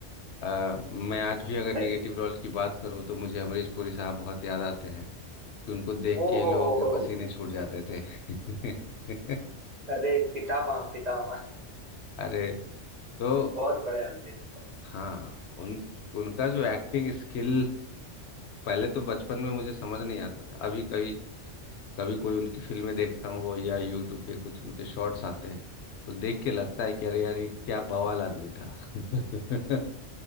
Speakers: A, on the left (about 65°); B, on the right (about 45°).
A: अ, मैं आज भी अगर
B: सही
A: नेगेटिव
B: है
A: रोल की बात करूँ तो मुझे अमरीश पुरी साहब बहुत याद आते हैं कि उनको देख
B: ओ
A: के ही
B: हो
A: लोगों के
B: हो,
A: पसीने
B: हो,
A: छूट जाते थे <laughs>
B: अरे पितामह पितामह
A: अरे तो
B: बहुत बड़े आदमी थे
A: हाँ उन उनका जो एक्टिंग स्किल पहले तो बचपन में मुझे समझ नहीं आता था अभी कहीं कभी कोई उनकी फिल्में देखता हूँ वो या यूट्यूब पे कुछ उनके शॉर्ट्स आते हैं तो देख के लगता है कि अरे यार ये क्या बवाल आदमी था <laughs>